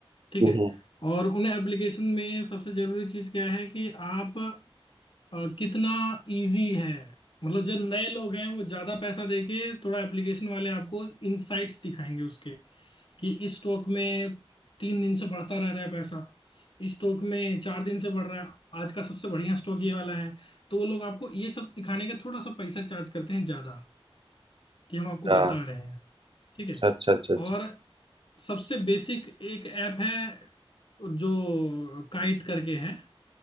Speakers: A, on the left; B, on the right.
A: ठीक
B: हम्म
A: है और उन एप्लीकेशन में सबसे जरूरी चीज क्या है कि आप अ, कितना इजी है मतलब जो नए लोग हैं वो ज्यादा पैसा देके थोड़ा एप्लीकेशन वाले आपको इनसाइट्स दिखाएंगे उसके कि इस स्टॉक में तीन दिन से बढ़ता रह रहा है पैसा इस स्टॉक में चार दिन से बढ़ रहा है आज का सबसे बढ़िया स्टॉक ये वाला है तो वो लोग आपको ये सब दिखाने के थोड़ा सा पैसा चार्ज करते हैं ज्यादा कि हम आपको बता
B: अच्छा
A: रहे हैं ठीक है
B: अच्छा अच्छा अच्छा अच्छा
A: और सबसे बेसिक एक ऐप है जो काइट करके है